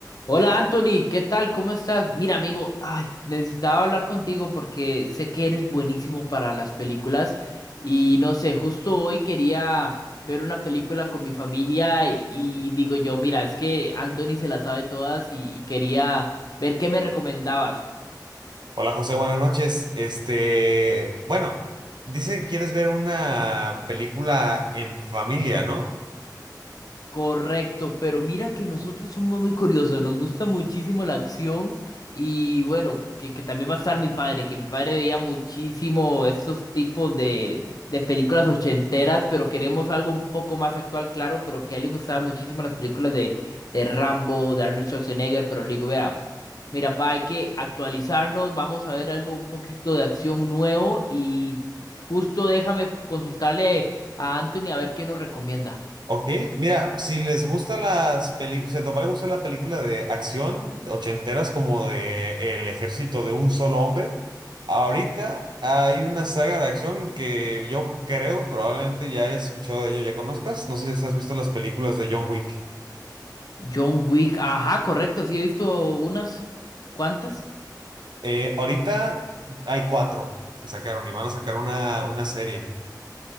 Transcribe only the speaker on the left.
Hola Anthony, ¿qué tal? ¿Cómo estás? Mira, amigo, ay, necesitaba hablar contigo porque sé que eres buenísimo para las películas y no sé, justo hoy quería ver una película con mi familia y, y digo yo, mira, es que Anthony se la sabe todas y, y quería ver qué me recomendabas.
Correcto, pero mira que nosotros somos muy curiosos, nos gusta muchísimo la acción y bueno, que, que también va a estar mi padre, que mi padre veía muchísimo estos tipos de, de películas ochenteras, pero queremos algo un poco más actual, claro, pero que a él le gustaban muchísimo las películas de, de Rambo, de Arnold Schwarzenegger, pero le digo, mira, mira, pa, hay que actualizarnos, vamos a ver algo un poquito de acción nuevo y justo déjame consultarle a Anthony a ver qué nos recomienda.
John Wick, ajá, correcto, sí he visto unas cuantas.